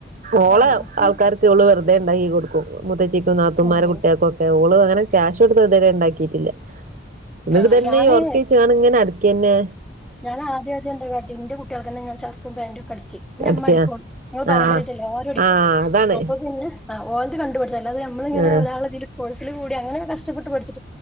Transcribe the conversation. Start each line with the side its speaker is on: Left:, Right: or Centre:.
Right: ഓളെ
Centre: ആഹ് എനിക്ക്
Right: ആൾക്കാർക്ക് ഓള് വെറുതെ ഇണ്ടാക്കി കൊടുക്കും മുത്തച്ചിക്കും നാത്തൂന്മാരെ
Centre: ഉം
Right: കുട്ടികൾക്കും ഒക്കെ ഓള് അങ്ങനെ ക്യാഷ് കൊടുത്ത് ഇതുവരെ ഉണ്ടാക്കിയിട്ടില്ല ന്നിട്ട്
Centre: ആഹ്
Right: ഇതന്നെ
Centre: ഞാന്
Right: ഈ ഒറക്കിയച്ച് ങ്ങനെ അരക്കന്നെ
Centre: ഞാനാദ്യ ആദ്യം എന്റെ കുട്ടികൾക്ക് ഞാൻ ഷർട്ടും പാന്റൊക്കെ അടിച്ച് ഇന്റെ
Right: അടിച്ചയാ
Centre: ഇമ്മ അടിക്കും ങ്ങള് പരമ്പരയട്ടല്ല
Right: ആഹ്
Centre: ആരോടിക്കും
Right: ആഹ് അതാണ്
Centre: അപ്പൊ പിന്നെ ഓരത് കണ്ടുപിടിച്ച അത് നമ്മളിങ്ങന
Right: ആഹ്
Centre: ഒരാളതിൽ കോഴ്സിൽ കൂടി അങ്ങനെ കഷ്ടപ്പെട്ട് പഠിച്ചു